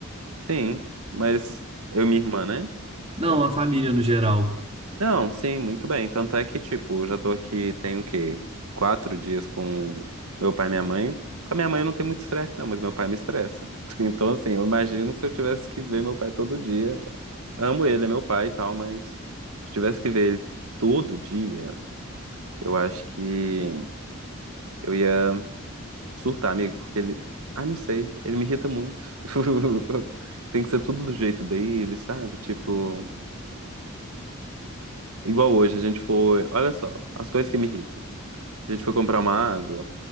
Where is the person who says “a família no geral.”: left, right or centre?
Right